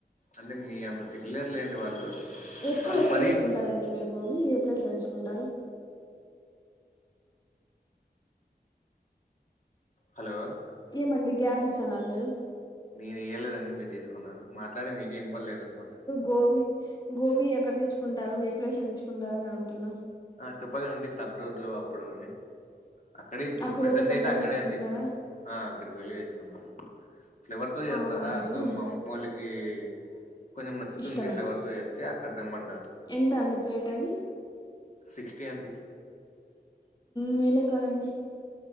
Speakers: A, on the left (about 45°); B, on the left (about 25°).
A: అంటే మీ అంత తినలేరు లేండి వాళ్ళు.
B: ఎక్కువ
A: వాళ్ళు
B: ఎక్కడ
A: మరీ
B: తెచ్చుకుంటారండి మీరు గోబీ ఏ ప్లేస్ లో తీసుకుంటారు.
A: హలో.
B: ఏమండి గ్యాప్ ఇస్తన్నారు మీరు.
A: నేను ఇయ్యలేదండి మీరు తీసుకున్నారు, మాట్లాడే మీకే ఇనిపలేదు అనుకుంటా.
B: గోబి గోబీ ఎక్కడ తెచ్చుకుంటారు ఏ ప్లేస్ లో తెచ్చుకుంటారు అని అడుగుతున్నా.
A: ఆ చెప్పగానండి థర్డ్ రోడ్ లో అప్పుడు అని. అక్కడ ఇప్పుడు
B: అక్క
A: ప్రజెంట్
B: రోజు అక్కడికి
A: అయితే
B: వెళ్ళి
A: అక్కడే
B: తెచ్చుకుంటారా
A: అండి ఆ అక్కడికి వెళ్ళి తెచ్చుకుంటాం. ఫ్లేవర్ తో చేస్తారా
B: అవునా అండి
A: సో మా అమ్మోళ్ళకి. కొంచెం నచ్చుతుంది
B: ఇష్టమేమో
A: ఫ్లేవర్తో చేస్తే అక్కడ తేమ్మంటారు.
B: ఎంత అండి ప్లేట్ అది
A: సిక్స్టీ అండి
B: మేలే కాదండి